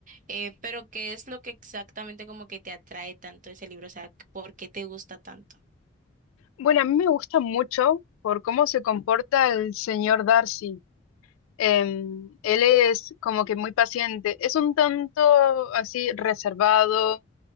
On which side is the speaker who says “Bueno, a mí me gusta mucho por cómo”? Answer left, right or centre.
Left